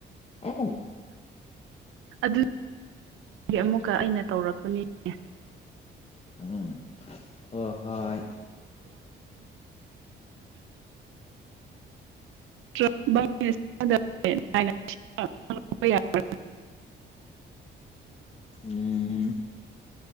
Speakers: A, on the left (about 30°); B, on the right (about 85°).
A: ꯑꯦ
B: ꯑꯗꯨ ꯑꯃꯨꯛꯀ ꯑꯩꯅ ꯇꯧꯔꯛꯄꯅꯤꯅꯦ
A: ꯎꯝ ꯍꯣ ꯍꯣꯏ
B: <unintelligible>
A: ꯎꯝ